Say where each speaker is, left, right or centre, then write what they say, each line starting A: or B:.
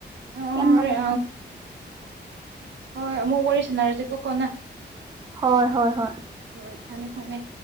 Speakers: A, on the right (about 80°); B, on the right (about 20°).
A: ꯑꯣ
B: ꯌꯥꯝ
A: ꯍꯣꯔꯦꯟ
B: ꯅꯨꯡꯉꯥꯏ
A: ꯍꯣꯏ ꯃꯛ ꯋꯥꯔꯤꯔꯤ ꯁꯅꯔꯁꯤ ꯀꯣ ꯀꯣꯅ
B: ꯍꯣꯏ ꯍꯣꯏ ꯍꯣꯏ
A: ꯍꯣꯏ ꯊꯝꯃꯦ ꯊꯝꯃꯦ